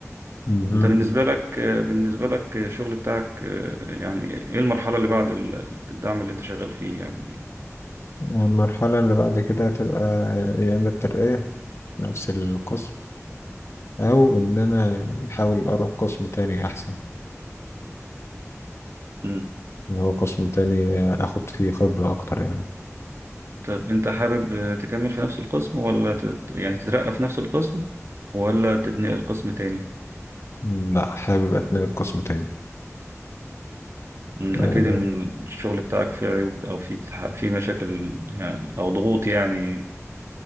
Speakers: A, on the left; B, on the right.
A: مهم.
B: انت بالنسبة لك بالنسبة لك الشغل بتاعك يعني ايه المرحلة اللي بعد ال- الدعم اللي انت شغال فيه يعني
A: المرحلة اللي بعد كده تبقى يا اما الترقية في نفس القسم او ان انا احاول اروح قسم تاني احسن
B: مم.
A: اللي هو قسم تاني اخد فيه خبرة اكتر يعني
B: طب انت حابب تكمل في نفس القسم ولا تت... يعني تترقى في نفس القسم ولا تبني القسم تاني
A: مم، لا حابب اتنقل قسم تاني
B: مم.
A: آه،
B: اكيد إن الشغل بتاعك فيه عيوب او فيه تح... فيه مشاكل يعني او ضغوط يعني